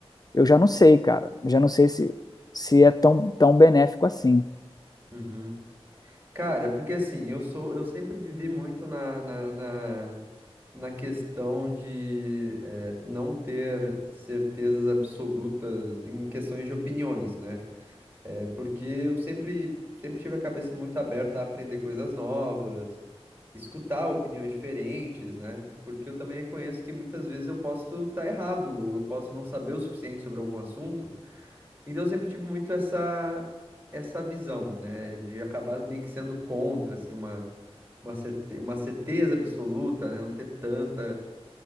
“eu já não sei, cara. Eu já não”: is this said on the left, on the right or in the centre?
Left